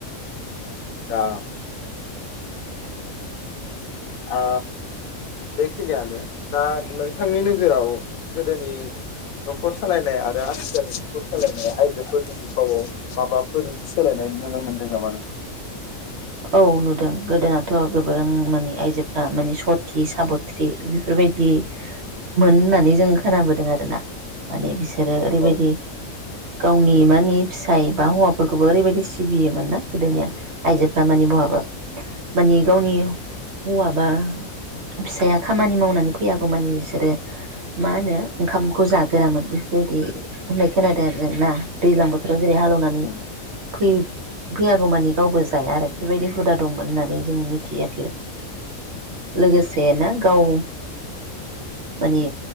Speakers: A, on the left; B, on the right.
A: दा ओ बेखिनियानो दा नोंथांनिनो जेराव गोदोनि नखर सालायनाय आरो आथिखालनि नखर सालायनाय आइजोफोरनि बिफावआव माबाफोर सोलायनाय नुनो मोनदों नामा नों
B: औ गोदोनाथ' नुदों माने आइजोफ्रा माने सति साबथ्रि बेफोरबायदि मोन होननानै जों खोनाबोदों आरो ना माने बिसो सोरो ओरैबायदि
A: औ
B: गावनि मानि फिसाय बा हौवाफोरखौबो ओरैबायदि सिबियोमोन ना गोदोनिया आइजो फोरा मानि बहाबा मानि गावनि हौवाबा फिसाया खामानि मावनानै फैयागौ मानि बिसोरो मा होनो ओंखामखौ जागोरामोन बेफोरबायदि होननाय खोनादों आरो जों ना दैलां बोथोराव जेरै हालोउनानै
A: उम
B: फै फैयागौ मानि गावबो जाया आरो बेफोरबायदि हुदा दंमोन होननानै जों मिथियाखै लोगोसे ना गाव माने